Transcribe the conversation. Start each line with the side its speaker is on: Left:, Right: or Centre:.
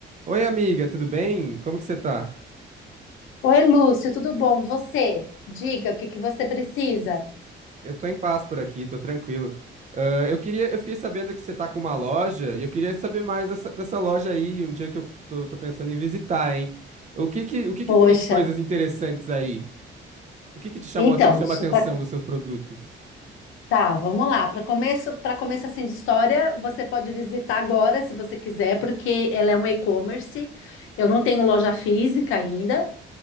Right: Oi, amiga, tudo bem? Como que você tá?
Left: Oi, Lúcio, tudo bom? E Você? Diga o que que você precisa.
Right: Eu tô em paz por aqui, tô tranquilo. Ah, eu queria, eu fiquei sabendo que você tá com uma loja e eu queria saber mais dessa, dessa loja aí, um dia que eu tô, tô pensando em visitar, hein? O que que, o que que
Left: Poxa,
Right: tem de coisas interessantes aí? O que que te chamou,
Left: então,
Right: a te- chama
Left: su-
Right: a atenção
Left: pra-
Right: dos seus produtos?
Left: tá, vamos lá. Para começo, para começo assim de história, você pode visitar agora, se você quiser, porque ela é um e-commerce. Eu não tenho loja física ainda,